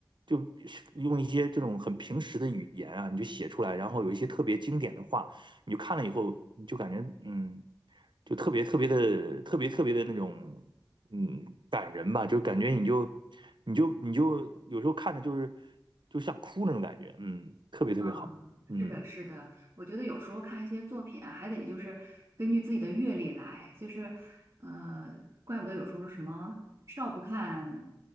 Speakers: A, on the right; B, on the right.
A: 就用一些这种很平时的语言啊，你就写出来，然后有一些特别经典的话，你就看了以后，你就感觉嗯，就特别特别的特别特别的那种嗯感人吧，就感觉你就。你就你就有时候看的就是就像哭那种感觉，嗯，特别特别好，
B: 啊，
A: 嗯，
B: 是的，是的，我觉得有时候看一些作品啊还得就是根据自己的阅历来，就是，呃，怪不得有时候是什么少不看